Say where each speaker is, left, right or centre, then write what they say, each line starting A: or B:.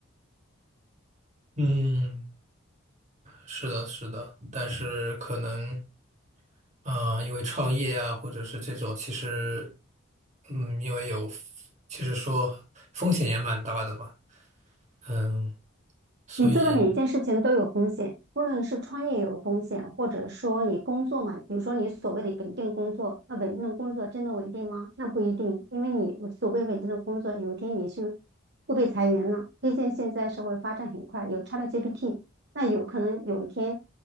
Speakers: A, on the right; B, on the right.
A: 嗯，是的，是的，但是可能，啊、因为创业啊，或者是这种，其实，嗯，因为有，其实说风险也蛮大的吧，嗯，所以，
B: 你做的每一件事情都有风险，不论是创业有风险，或者说你工作嘛，比如说你所谓的稳定工作，那稳定的工作真的稳定吗？那不一定，因为你所谓稳定的工作，有一天也是会被裁员了。毕竟现在社会发展很快，有 ChatGPT，那有可能有一天